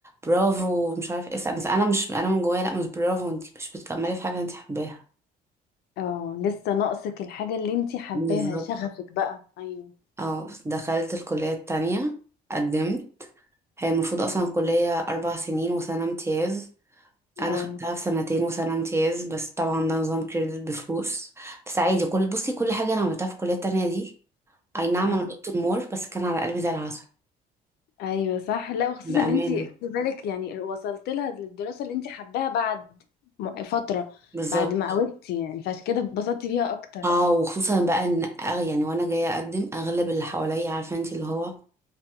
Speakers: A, on the right; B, on the left.
A: برافو مش عارف ايه بس انا مش انا من جوايا لا مش برافو انت مش بتكملي في حاجة انت حباها
B: اه لسه ناقصك الحاجه اللي انتي حباها
A: بالظبط
B: شغفك بقى ايوه
A: اه دخلت الكلية التانية قدمت هي المفروض اصلا الكلية اربع سنين وسنة امتياز انا
B: اه
A: خدتها في سنتين وسنه امتياز بس طبعا ده نظام كريدت بفلوس بس عادي كل بصي كل حاجه انا عملتها في الكليه التانية دي اي نعم
B: اه
A: انا دقت المور بس كان على قلبي زي العسل
B: ايوه صح لا وخصوصا
A: بامانه
B: ان انت خلي بالك يعني وصلت لها للدراسه اللي انت حباها بعد م- فتره
A: بالظبط
B: بعد ما قوتي يعني فعشان كده اتبسطتي بيها اكتر
A: اه وخصوصا بقى ان أغ- يعني وانا جايه اقدم اغلب اللي حواليا عارفه انت اللي هو